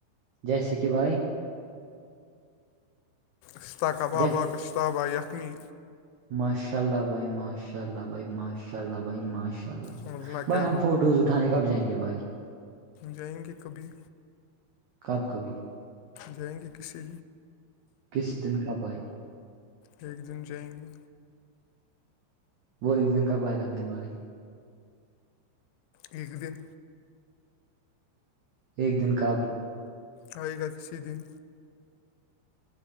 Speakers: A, on the right; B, on the left.
A: جیسے کہ بھائی
B: اشتاق کا بابا
A: جے
B: گشتاابہ یخنی
A: ماشاء اللہ بھائی ماشاء اللہ بائی ماشاء اللہ بھائی ماشاء اللہ اناء
B: ورنہ
A: اللہ بھائی
B: کیا
A: ہم فوٹوز اٹھانے کب جائیں گے بھائی
B: جائیں گے کبھی
A: کب کبھی
B: جائیں گے کسی
A: کسی دن کا بھائی
B: ایک دن جائیں گے
A: وہ ایک دن کاب آائے تھا میری بھائی
B: ایک دن
A: ایک دن کاب
B: اور ایک گا کسی دن